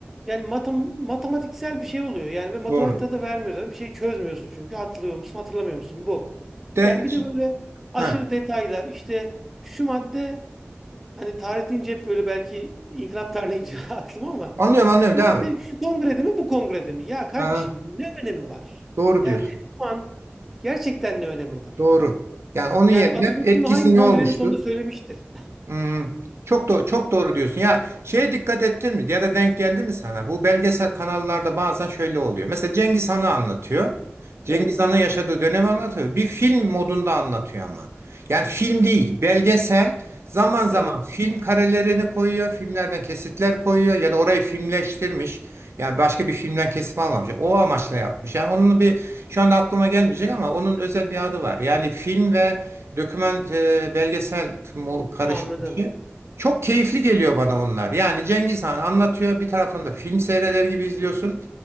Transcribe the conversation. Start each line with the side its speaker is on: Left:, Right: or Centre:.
Centre: yani matem- matematiksel bir şey oluyor. Yani ve matematikte
Right: doğru.
Centre: de vermiyor zaten. Bir şey çözmüyorsun çünkü. Hatırlıyor musun, hatırlamıyor musun? Bu.
Right: De,
Centre: Yani bir de böyle aşırı
Right: ha,
Centre: detaylar. İşte şu madde hani tarih deyince hep böyle belki inkılap tarihine gidiyor <laughs> aklıma ama
Right: anlıyorum anlıyorum
Centre: şu madde
Right: devam et.
Centre: şu kongrede mi bu kongrede mi? Ya kardeşim
Right: Ha,
Centre: ne önemi var?
Right: doğru
Centre: Yani
Right: diyorsun.
Centre: şu an gerçekten ne önemi var?
Right: Doğru. Yani onun
Centre: Yani
Right: yerine
Centre: Atatürk
Right: etkisi
Centre: bunu hangi
Right: ne
Centre: kongrenin
Right: olmuştur?
Centre: sonunda söylemiştir? <laughs>
Right: Hmm, çok doğru, çok doğru diyorsun. Ya şeye dikkat ettin mi? Ya da denk geldi mi sana? Bu belgesel kanallarda bazen şöyle oluyor. Mesela Cengiz Han'ı anlatıyor. Cengiz
Centre: Evet.
Right: Han'ın yaşadığı dönemi anlatıyor. Bir film modunda anlatıyor ama. Yani film değil, belgesel. Zaman zaman
Centre: Evet.
Right: film karelerini koyuyor, filmlerden kesitler koyuyor ya da orayı filmleştirmiş. Yani başka bir filmden kesim almamış. O amaçla yapmış. Yani onun bir şu anda aklıma gelmeyecek ama onun özel bir adı var. Yani film ve doküman e, belgesel mu- karışmışı.
Centre: Anladım.
Right: Çok keyifli geliyor bana onlar. Yani Cengiz Han anlatıyor bir taraftan da film seyreder gibi izliyorsun